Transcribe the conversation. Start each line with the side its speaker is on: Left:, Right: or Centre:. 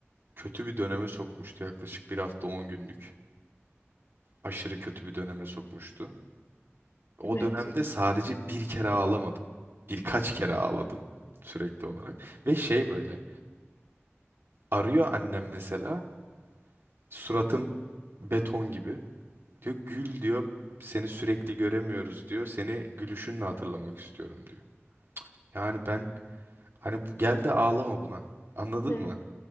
Right: kötü bir döneme sokmuştu. Yaklaşık bir hafta 10 günlük. Aşırı kötü bir döneme sokmuştu. O
Left: Evet.
Right: dönemde
Left: <laughs>
Right: sadece bir kere ağlamadım. Birkaç kere ağladım sürekli olarak. Ve şey böyle arıyor annem mesela suratım beton gibi. Diyor gül diyor seni sürekli göremiyoruz diyor. Seni gülüşünle hatırlamak istiyorum diyor. Yani ben hani bu, gel de ağlama buna anladın
Left: Evet.
Right: mı?